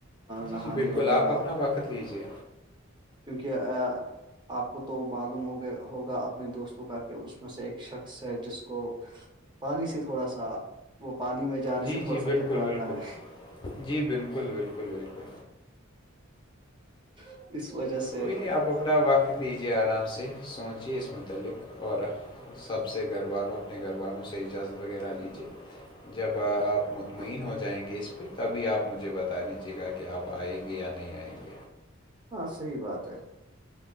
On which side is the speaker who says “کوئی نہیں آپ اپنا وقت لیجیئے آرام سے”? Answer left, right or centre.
Left